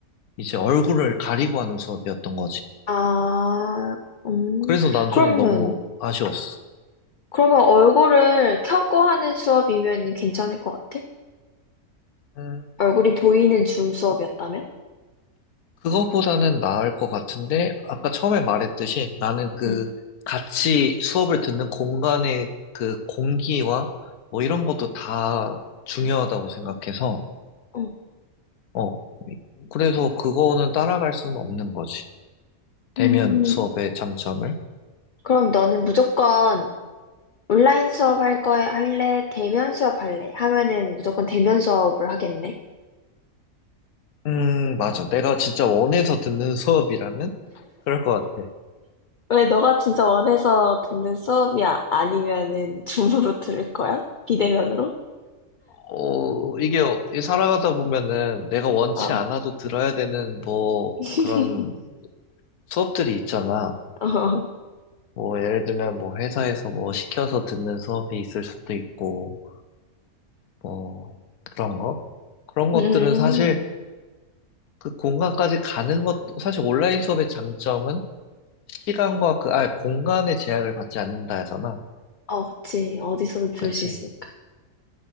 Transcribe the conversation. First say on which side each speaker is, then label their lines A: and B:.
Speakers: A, on the left; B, on the left.
A: 이제 얼굴을 가리고 하는 수업이었던 거지.
B: 아, 음,
A: 그래서 난
B: 그러면,
A: 좀 너무 아쉬웠어.
B: 그러면 얼굴을 켜고 하는 수업이면 괜찮을 것 같아?
A: 음.
B: 얼굴이 보이는 줌 수업이었다면?
A: 그거보다는 나을 것 같은데, 아까 처음에 말했듯이 나는 그
B: 응.
A: 같이 수업을 듣는 공간의 그 공기와 뭐 이런 것도 다 중요하다고 생각해서,
B: 응
A: 어, 그래서 그거는 따라갈 수는 없는 거지. 대면
B: 음,
A: 수업의 장점을.
B: 그럼 너는 무조건 온라인 수업 할 거에 할래? 대면 수업 할래? 하면은 무조건 대면 수업을 하겠네.
A: 음, 맞아. 내가 진짜 원해서 듣는 <laughs> 수업이라면 그럴 것 같아.
B: 왜 너가 진짜 원해서 듣는 수업이야? 아니면은 줌으로 들을 거야? 비대면으로?
A: 어, 이게 살아가다 보면은 내가 원치
B: 어.
A: 않아도 들어야 되는 뭐
B: <laughs>
A: 그런 수업들이 있잖아.
B: 어.
A: 뭐, 예를 들면, 뭐, 회사에서 뭐, 시켜서 듣는 수업이 있을 수도 있고, 뭐, 그런 거? 그런 것들은
B: 음.
A: 사실 그 공간까지 가는 것, 사실 온라인 수업의 장점은 시간과 그, 아, 공간의 제약을 받지 않는다 하잖아.
B: 어, 그치. 어디서든 들을
A: 그치.
B: 수 있으니까.